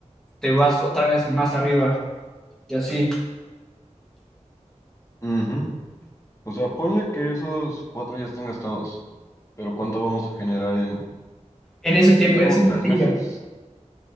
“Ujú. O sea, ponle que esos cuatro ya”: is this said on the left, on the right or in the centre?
Left